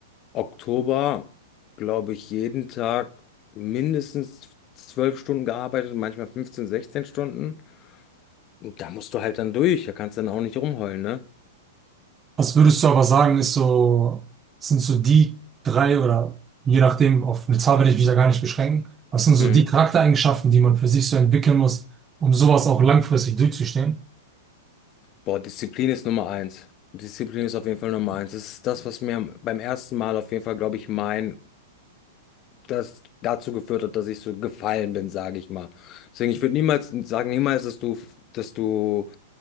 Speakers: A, on the left; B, on the right.
A: Oktober, glaube ich, jeden Tag mindestens zwölf Stunden gearbeitet, manchmal 15, 16 Stunden. Und da musst du halt dann durch. Da kannst du dann auch nicht rumheulen, ne?
B: Was würdest du aber sagen, ist so, sind so die drei oder je nachdem, auf eine Zahl werde ich mich ja gar nicht beschränken. Was sind so
A: Mhm.
B: die Charaktereigenschaften, die man für sich so entwickeln muss, um sowas auch langfristig durchzustehen?
A: Boah, Disziplin ist Nummer eins. Disziplin ist auf jeden Fall Nummer eins. Das ist das, was mir beim ersten Mal auf jeden Fall, glaube ich, mein das dazu geführt hat, dass ich so gefallen bin, sage ich mal. Deswegen, ich würde niemals sagen, niemals, dass du, dass du